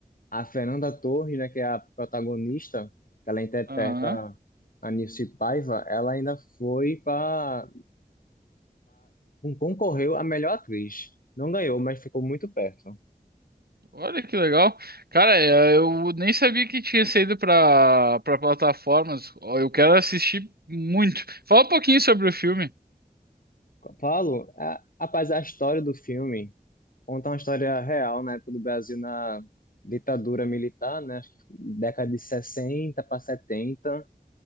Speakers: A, on the left; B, on the right.
A: A Fernanda Torres, né, que é a protagonista, que ela interpreta
B: Aham.
A: a Nilce Paiva, ela ainda foi para concorreu a melhor atriz. Não ganhou, mas ficou muito perto.
B: Olha que legal. Cara, é, eu nem sabia que tinha saído para para plataformas. Ó, Eu quero assistir muito. Fala um pouquinho sobre o filme.
A: Paulo, a, rapaz, a história do filme conta uma história real na época do Brasil na ditadura militar, né, acho que década de 60 para 70